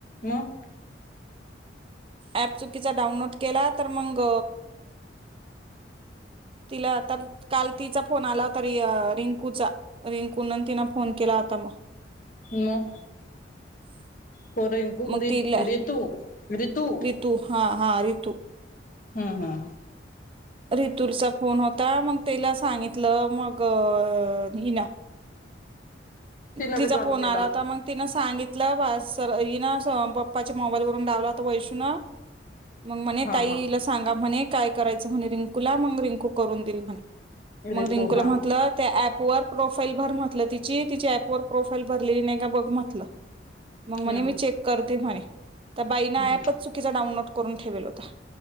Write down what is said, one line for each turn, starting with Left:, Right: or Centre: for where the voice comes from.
Left: मग?
Right: अऍप चुकीचा डाउनलोड केला तर मग तिला आता काल तिचा फोन आला होता रि रिंकूचा रिंकू न तिन फोन केला होता मग.
Left: म?
Right: <unintelligible>
Left: पोर घुगरीत
Right: मग तिला
Left: रितु रितु
Right: रितू हा हा रितू
Left: हम्म हम्.
Right: ऋतुर सप. फोन होता मग तेला सांगितलं मग हिला.
Left: तिनं
Right: तिचा
Left: बी चालू
Right: फोन
Left: केला
Right: आला होता मग तिन सांगित ना पप्पाच्या मोबाईल वून लावलाता वैशूून. मग म्हणे
Left: हा
Right: ताईला
Left: हा
Right: सांगा म्हणे. काय करायचं म्हणे रिंकू ला मग रिंकू करून देईल म्हणे. मग
Left: रितू
Right: रिंकूला
Left: हा
Right: म्हटलं त्या ऑप. पर प्रोफाईल भर म्हटलं तिची. तिच्या ऍपवर प्रोफाईल भरलेली नाहीगा बघ म्हटलं. मग म्हणे
Left: हम्म
Right: मी चेक करते म्हणे. तर बाईना
Left: हम्म
Right: ॲपच चुकी डाउनलो करून ठेवेल होता.